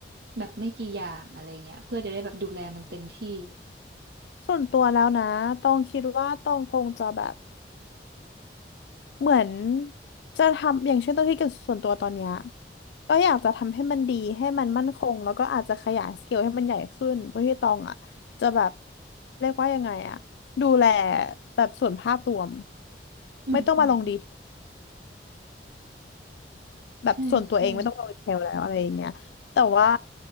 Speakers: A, on the right; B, on the left.
A: แบบไม่กี่อย่างอะไรเงี้ยเพื่อจะได้แบบดูแลมันเต็มที่
B: ส่วนตัวแล้วนะตองคิดว่าตองคงจะแบบ เหมือนจะทำอย่างเช่นตัวที่เกี่ยวส่วนตัวตอนเนี้ยก็อยากจะทำให้มันดีให้มันมั่นคงแล้วก็อาจจะขยายสเกลให้มันใหญ่ขึ้นเพื่อที่ตองอ่ะจะแบบเรียกว่ายังไงอ่ะดูแลแบบส่วนภาพรวม
A: อืมอืม
B: ไม่ต้องมาลงดีเทลแบบส่วนตัวเองไม่ต้องลงดีเทลแล้วอะไรอย่างเงี้ยแต่ว่า
A: ใช่ใช่